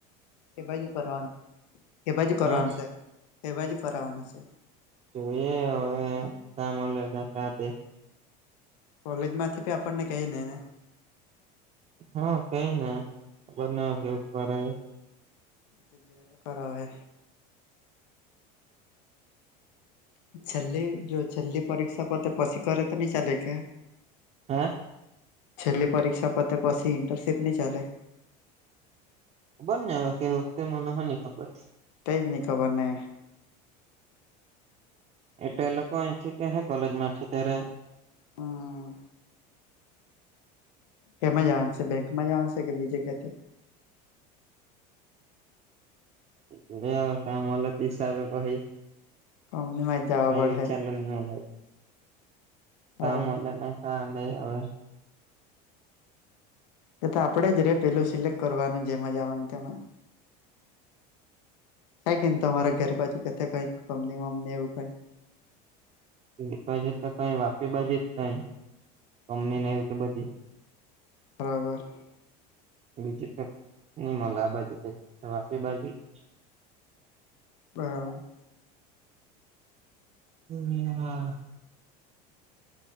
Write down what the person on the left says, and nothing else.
કે બાજુ કરવાનું કે બાજુ કરવાનું
છે કે બાજુ કરવાનાં છે
કોલેજ માંથી બી આપણને કેય દે ને?
<inaudible> કરાવે છેલ્લી જો છેલ્લી પરીક્ષા પતે પછી કરે તો ની ચાલે કે?
છેલ્લી પરીક્ષા પતે પછી ઇન્ટરશિપ ની ચાલે?
તે જ ની ખબર ને
હમ. કેમાં જવાનું શે બેંકમાં જવાનું છે કે બીજે કેથે?
કંપનીમાં જ જવા
પડહે
હ
તે તો આપડે જ રે પેલું સિલેક્ટ કરવાનું જેમાં જાવાનું તેમાં છે કે ની તમારા ઘેર બાજુ કેથે કંઈક કંપની બમણી એવુ કંઈક
બરાબર.
બરાબર.